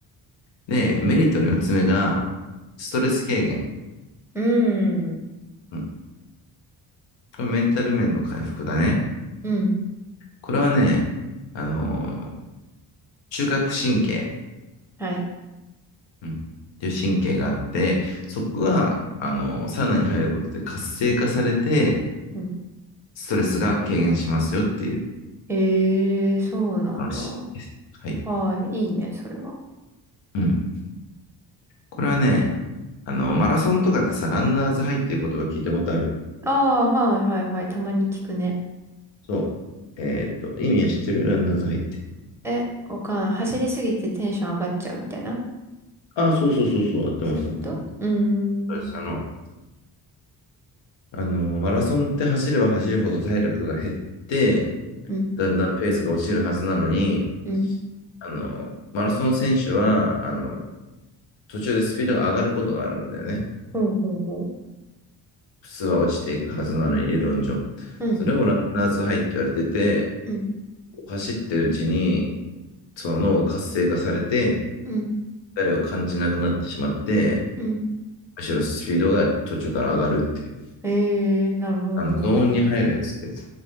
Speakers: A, on the left; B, in the centre.
A: で、メリットの4つ目が、ストレス軽減。
B: うん。
A: うん。これメンタル面の回復だね。
B: うん。
A: これはね、あの中核神経、
B: はい。
A: うん、っていう神経があって、そこが、あのー、サウナに入ることで活性化されて、
B: うん。
A: ストレスが軽減しますよっていう
B: ええ、そうなんだ。
A: 話です。はい。
B: はい。いいね、それは。
A: うん。これはね、あの、マラソンとかでさ、ランナーズハイっていう言葉聞いたことある。
B: ああ、はいはいはい。たまに聞くね。
A: そう。えーっと、意味は知ってるランナーズハイって。
B: え、わかんない。走りすぎてテンション上がっちゃうみたいな。
A: ああ、そうそうそうそう、合ってます、
B: そういうことうー
A: 合ってます。そうです。
B: ん。
A: あの、あの、マラソンって走れば走るほど体力が減って、
B: うん。
A: だんだんペースが落ちるはずなのに、
B: うん。
A: あの、マラソン選手は、あの、途中でスピードが上がることがあるんだよね。
B: ほうほうほう。
A: 普通は落ちていくはずなのに、理論上。
B: うん。
A: それをランナーズハイって言われてて、
B: うん。
A: 走ってるうちに、その脳が活性化されて、
B: うん。
A: 誰を感じなくなってしまって、
B: うん。
A: むしろスピードが途中から上がるっていう。
B: ええ、なるほど、
A: あの、
B: なるほど。
A: ゾーンに入るやつってやつ。